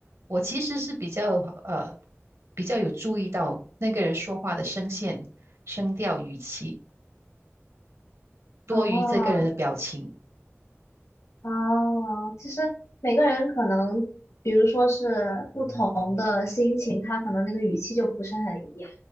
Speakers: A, on the right; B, on the left.
A: 我其实是比较呃比较有注意到那个人说话的声线、声调、语气，多于这个人的表情。
B: 哦，哦，其实每个人可能，比如说是不同的心情，他可能那个语气就不是很一样。